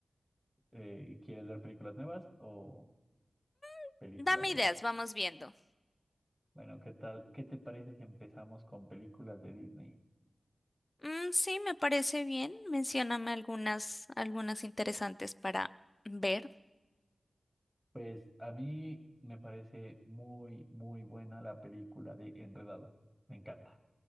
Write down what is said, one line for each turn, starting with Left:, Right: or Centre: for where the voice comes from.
Centre: Eh, ¿quieres ver películas nuevas o
Left: <laughs>
Centre: películas
Left: Dame
Centre: ya?
Left: ideas, vamos viendo.
Centre: Bueno, ¿qué tal? ¿Qué te parece si empezamos con películas de Disney?
Left: Mm, sí, me parece bien. Mencióname algunas, algunas interesantes para ver.
Centre: Pues a mí me parece muy, muy buena la película de Enredado. Me encanta.